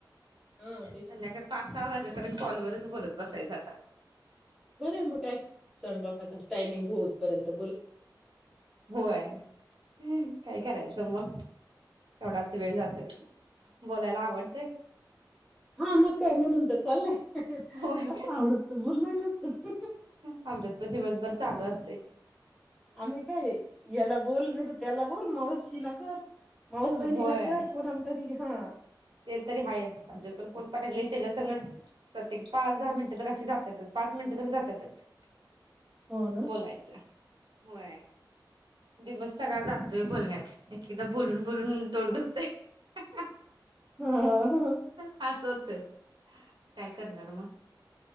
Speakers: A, on the right; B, in the centre.
A: <inaudible>
B: हा
A: संध्याकाळी
B: तेच
A: पाच सहा वाजेप अजून कॉल वरच बोलत बसायचा आता
B: करेन मग काय स्वयंपाकाचा टाइमिंग होवूसपर्यंत
A: होय काय करायचं मग? तेवढाच वेळ जातोय बोलायला आवडतंय
B: हा मग काय म्हणून तर चालय.
A: होय
B: नसते आवडत तर बोललंही नसतं.
A: आमच्यात पण दिवसभर चालू असते.
B: आम्ही काय याला बोल नाही तर त्याला बोल मावशीला कर. मावस बहीनीला
A: होय
B: कर कोणाला तरी हा.
A: ते तरी हायच आमच्यात पण कोण पान्याला येईल तेज्या सकट प्रत्येक पाच दहा मिनिट तर अशी ज्यात्यातच, पाच मिनट तर जात्याच.
B: हो ना
A: बोलायचं. होय दिवस सगळा जातोय बोलण्यात एक-एकदा बोलून बोलून तोंड दुखतयं.
B: हं हं.
A: अस होतंय. काय करणार मग?